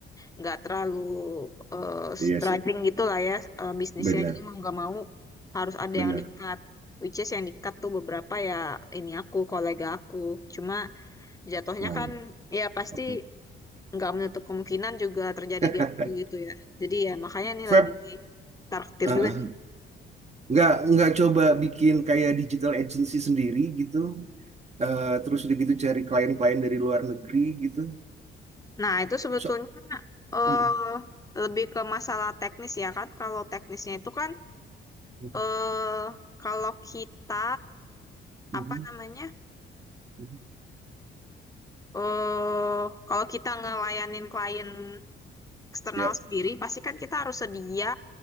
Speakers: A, on the left; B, on the right.
A: nggak terlalu eh,
B: Iya
A: struggling
B: sih.
A: gitu lah ya eh, bisnisnya.
B: Benar,
A: Jadi mau nggak mau harus ada
B: benar.
A: yang di-cut. Which is yang di-cut tuh beberapa ya ini aku, kolega aku. Cuma jatuhnya
B: Oh,
A: kan ya pasti
B: oke.
A: nggak menutup kemungkinan juga terjadi
B: <laughs>
A: di aku gitu ya. Jadi ya makanya ini
B: Feb,
A: lagi di
B: uh-uh.
A: juga
B: nggak nggak coba bikin kayak digital agency sendiri gitu, Eh, terus udah gitu cari klien-klien dari luar negeri gitu.
A: Nah, itu sebetulnya
B: So,
A: eh
B: Mm-mm,
A: lebih ke masalah teknis ya kan. Kalau teknisnya itu kan
B: Mhm,
A: eh kalau kita
B: mhm,
A: apa namanya?
B: mhm.
A: eh kalau kita ngelayanin klien eksternal
B: Ya,
A: sendiri, pasti kan kita harus sedia